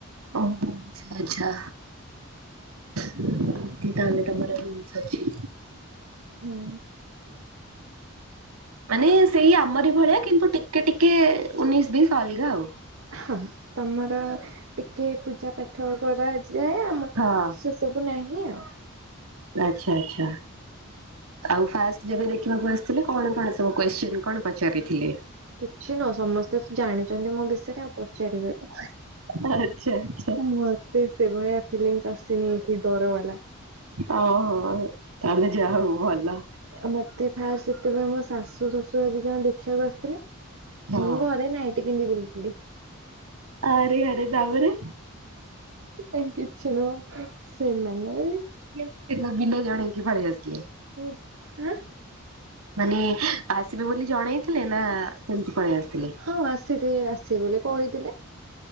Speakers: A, on the right; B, on the right.
A: ଓହୋ ଆଛା ଆଚ୍ଛା। ତାହେଲେ ତମର ରୁଲସ୍ ଅଛି।
B: ହୁଁ।
A: ମାନେ ସେଇ ଆମରି ଭଳିଆ କିନ୍ତୁ ଟିକେ ଟିକେ ଉନେଇଶି ବିଶ ଅଲଗା ଆଉ।
B: ହଁ ତମର ଟିକେ ପୂଜା ପାଠ କରାଯାଏ ଆମ
A: ହଁ
B: ସେ ସବୁ ବୁ ନାହିଁ ଆଉ।
A: ଅଚ୍ଛା ଆଚ୍ଛା। ଆଉ ଫାଷ୍ଟ ଯେବେ ଦେଖିବାକୁ ଆସିଥିଲେ କଣ କଣ ସବୁ କୋଶ୍ଚିନ କଣ ପଚାରିଥିଲେ?
B: କିଛି ନୁହଁ ସମସ୍ତେ ତ ଜାଣିଚନ୍ତି ମୋ ବିଷୟରେ ଆଉ ପଚାରିବେ କଣ।
A: ଆଚ୍ଛା ଆଚ୍ଛା
B: ମତେ ସେଭଳିଆ ଫିଲିଙ୍ଗସ୍ ଆସିନି କି ଡର ବାଲା।
A: ଓ ହଁ ହଁ ତାହେଲେ ଯାହା ହବ ଭଲ।
B: ଆଉ ମତେ ଫାଷ୍ଟ ଯେତେବେଳେ ମୋ ଶାଶୁ ଶଶୁର ଦି ଜଣ ଦେଖିବାକୁ ଆସିଥିଲେ।
A: ହଁ।
B: ମୁଁ ଘରେ ନାଇଟି ପିନ୍ଧି ବୁଲୁଥିଲି।
A: ଆରେ ଆରେ ତାପରେ
B: ଏଁ କିଛି ନୁହଁ ସେମାନେ ବି
A: ସେ ଦିନ ବି ନ ଜଣେଇକି ପଳେଇ ଆସଥିଲେ।
B: ହୁଁ ଆଁ?
A: ମାନେ ଆସିବେ ବୋଲି ଜଣେଇଥିଲେ ନା ସେମିତି ପଳେଇ ଆସିଥିଲେ?
B: ହଁ ଆସିଥି ଆସିିବ ବୋଲି କହିଥିଲେ।